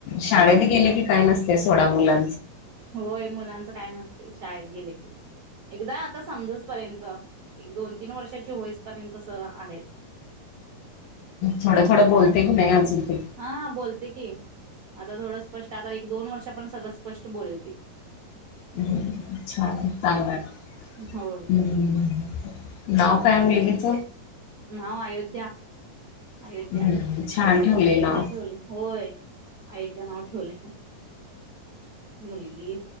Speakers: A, on the left; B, on the right.
A: शाळेत गेले की काय नसते सोडा मुला
B: होय मुलांच काय नसतय शाळेत गेले की एकदा आता समजस पर्यंत एक दोन तीन वर्षाची होइस पर्यंत तस आहेच.
A: थोडं थोडं
B: अस हाय
A: बोलते की नाही अजून ते
B: हा बोलते की आता थोडं स्पष्ट आता एक दोन वर्षा पर्यत सगळं स्पष्ट तू बोल ते.
A: हम्म छान चांगलाय हम्म
B: होय
A: नाव काय मुलगीच?
B: नाव अयोध्या. अयोध्या
A: हम्म छान ठेवले
B: अयोध्या
A: नाव
B: ठेवलय होय अयोध्या नाव ठेवलंय. मुलगी